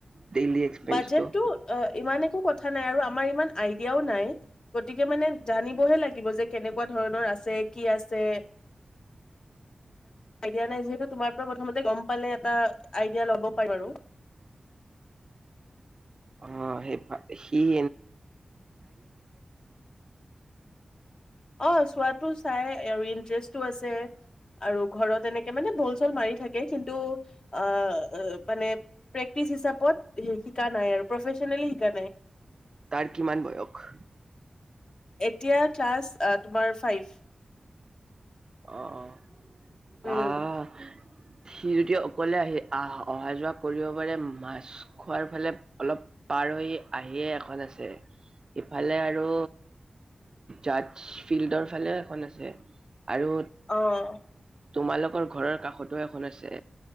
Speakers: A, on the right (about 40°); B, on the left (about 45°).
A: ডেইলি এক্সপেন্সটো?
B: বাজেতটো অ ইমান একো কথা নাই আৰু আমাৰ ইমান আইডিয়াও নাই গতিকে মানে জানিবহে লাগিব যে কেনেকুৱা ধৰণৰ আছে কি আছে যে আইডিয়া নাই যে তোমাৰ পৰা প্ৰথমতে গম পালে এটা আইডিয়া ল'ব পাৰ আৰু
A: অ সেই
B: অ চোৱা টো চাই ইণ্টাৰেষ্ট ও আছে আৰু ঘৰত অনেকে মানে বল চল মাৰি থাকে কিন্তু অ প্ৰেক্টিচ্ হিচাপত বা প্ৰফেচনেলি হিকা নাই
A: তাৰ কিমান বয়স
B: এতিয়া ক্লাছ অ তোমাৰ ফাইভ
A: অ অ
B: উম
A: ত সি যদি অকলে আহি আহ অহা যোৱা কৰিব পাৰে মাছখোৱাৰ ফালে অলপ পাৰ হৈ আহিয়ে এখন আছে সিফালে আৰু জাজ ফিল্ডৰ ফালে এখন আছে। আৰু
B: অ'।
A: তোমালোকৰ ঘৰৰ কাষতো এখন আছে